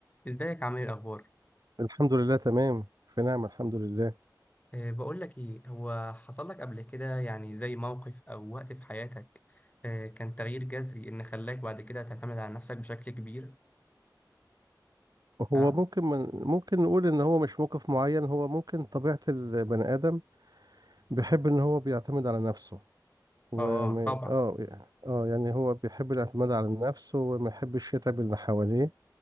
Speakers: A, on the left; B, on the right.
A: ازيك عامل ايه الاخبار
B: الحمد لله تمام في نعم الحمد لله
A: أه بقول لك ايه هو حصل لك قبل كده يعني زي موقف او وقت في حياتك أه كان تغيير جذري ان خلاك بعد كده تعتمد على نفسك بشكل كبير
B: هو
A: ها
B: ممكن من ممكن نقول ان هو مش موقف معين هو ممكن طبيعة البني آدم بيحب ان هو بيعتمد على نفسه وما
A: اه طبعا
B: اه اه يعني هو بيحب الاعتماد على نفسه وما يحبش يتعب اللي حواليه